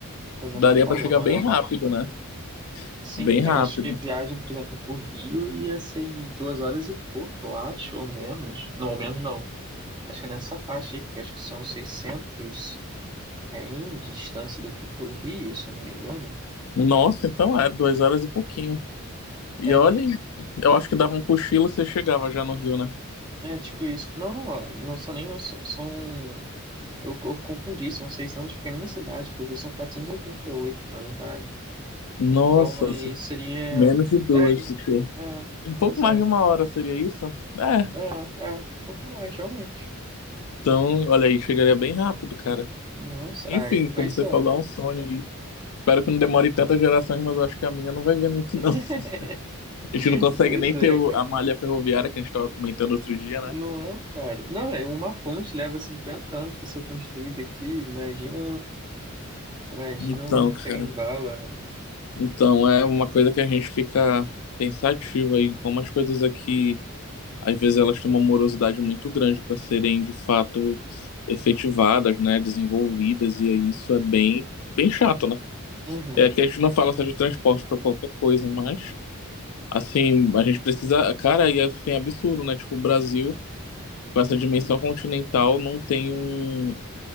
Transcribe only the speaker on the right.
É coisa
pra caramba,
né?
Sim,
eu acho que a viagem, por exemplo, pro Rio ia ser em duas horas e pouco, eu acho, ou menos. Não, ou menos não. Acho que é nessa faixa aí, porque acho que são seiscentos km de distância daqui pro Rio, se eu não me engano.
É,
é tipo isso. Não, ó, não são nem. São, são, eu, eu confundi, são 600 para minha cidade, porque são quatrocentos e e oitenta e oito, na verdade.
Então aí
seria.
É,
é,
exato.
É, é, pouco mais, realmente.
Nossa,
ai,
pois
é.
<laughs>
Pois
é,
cara.
Não
é, cara? Não, é uma ponte leva 50 anos para ser construída aqui. Imagina, imagina
um
trem-bala, né?
Uhum.